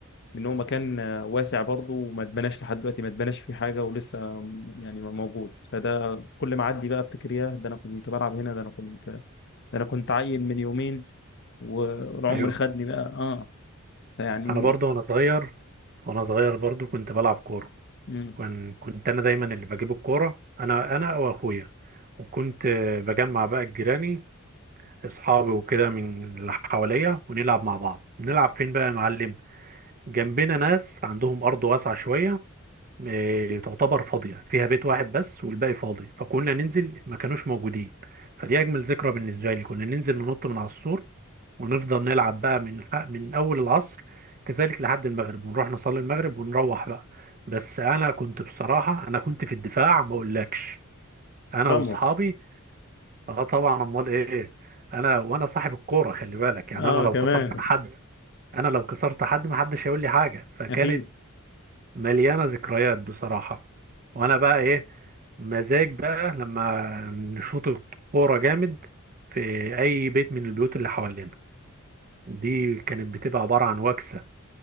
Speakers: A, on the left; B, on the right.
A: لان هو مكان آه، واسع برضه وما اتبناش لحد دلوقتي ما اتبناش فيه حاجه ولسه آم، يعني موجود فده كل ما اعدي بقى افتكر ياه ده انا كنت بلعب هنا ده انا كنت ده انا كنت عيل من يومين و- والعمر
B: ايوه
A: خدني بقى اه فيعني
B: انا برضو وانا صغير وانا صغير برضو كنت بلعب كوره
A: مم.
B: كن- كنت انا دايما اللي بجيب الكوره انا انا واخويا وكنت آه، بجمع بقى جيراني اصحابي وكده من اللي حواليا ونلعب مع بعض بنلعب فين بقى يا معلم جنبنا ناس عندهم ارض واسعه شويه آه، تعتبر فاضية فيها بيت واحد بس والباقي فاضي فكنا ننزل ما كانوش موجودين فدي أجمل ذكرى بالنسبة لي كنا ننزل ننط من على السور ونفضل نلعب بقى من من أول العصر كذلك لحد المغرب ونروح نصلي المغرب ونروح بقى بس أنا كنت بصراحة أنا كنت في الدفاع ما أقولكش أنا
A: رمص
B: وأصحابي أه طبعا أمال إيه أنا وأنا صاحب الكورة خلي بالك يعني
A: اه
B: أنا لو
A: كمان
B: كسرت حد أنا لو كسرت حد محدش هيقول لي حاجة فكانت
A: اكيد
B: مليانة ذكريات بصراحة وانا بقى ايه مزاج بقى لما نشوط الكورة جامد في اي بيت من البيوت اللي حوالينا دي كانت بتبقى عبارة عن وكسة